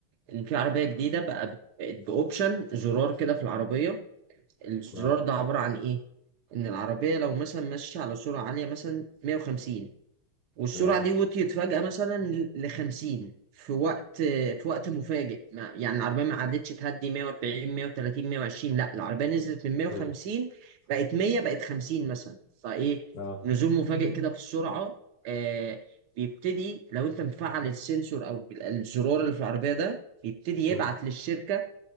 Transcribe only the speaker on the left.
اه
تمام
مم.
اه
مم.